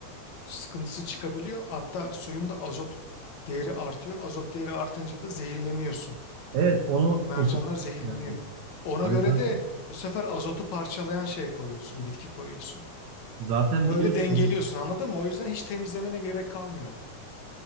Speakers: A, on the left; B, on the right.
A: sıkıntısı çıkabiliyor. Hatta suyun da azot değeri artıyor. Azot değeri artınca da zehirleniyor su.
B: Evet, onu
A: Mercanlar
B: okumuştum
A: zehirleniyor.
B: yani.
A: Ona
B: Hani
A: göre
B: zaten,
A: de bu sefer azotu parçalayan şey koyuyorsun, bitki koyuyorsun.
B: zaten
A: Böyle
B: biliyorsun
A: dengeliyorsun
B: hani,
A: anladın mı? O yüzden hiç temizlemene gerek kalmıyor.